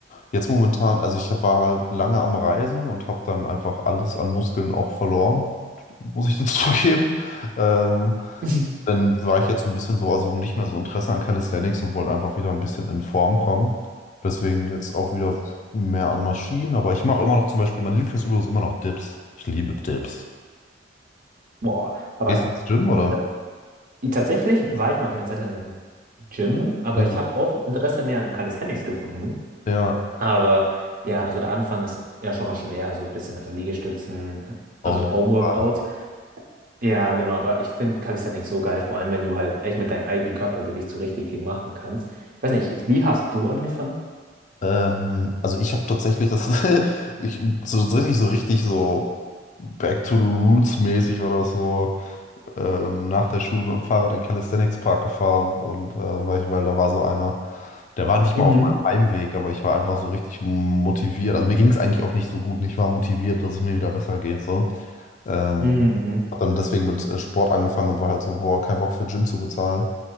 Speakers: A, on the left; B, on the right.
A: Jetzt momentan, also ich war halt lange am Reisen und habe dann einfach alles an Muskeln auch verloren, muss ich dazu <laughs> zugeben. Ähm,
B: <laughs>
A: dann war ich jetzt ein bisschen so, also nicht mehr so Interesse an Calisthenics und wollte einfach wieder ein bisschen in Form kommen. Deswegen jetzt auch wieder mehr an Maschinen. Aber ich mache immer noch zum Beispiel, meine Lieblingsübung ist immer noch Dips. Ich liebe Dips.
B: Boah, aber
A: Gehst du ins Gym oder?
B: ta- tatsächlich war ich mal für eine Zeit lang im Gym, aber
A: Ja,
B: ich habe auch Interesse mehr an Calisthenics gefunden.
A: ja,
B: Aber ja, also der Anfang ist ja schon noch schwer, also ein bisschen einfach Liegestützen,
A: auf
B: also
A: jeden
B: Homeworkouts.
A: Fall.
B: Ja, genau, aber ich finde Calisthenics so geil, vor allem wenn du halt echt mit deinem eigenen Körpergewicht so richtig viel machen kannst. Ich weiß nicht, wie hast du angefangen?
A: Ähm, also ich habe tatsächlich das, <laughs> ich, so, tatsächlich so richtig so Back to the Roots mäßig war das so ähm, nach der Schule mit dem Fahrrad in den Calisthenics Park gefahren und äh, weil, ich, weil da war so einer, der war nicht
B: Mhm.
A: mal auf meinem Heimweg, aber ich war einfach so richtig motiviert. Also mir ging es eigentlich auch nicht so gut. und Ich war motiviert, dass es mir wieder besser geht so. Ähm,
B: Mhm, mhm.
A: hab dann deswegen mit äh, Sport angefangen und war halt so, boah, kein Bock für Gym zu bezahlen.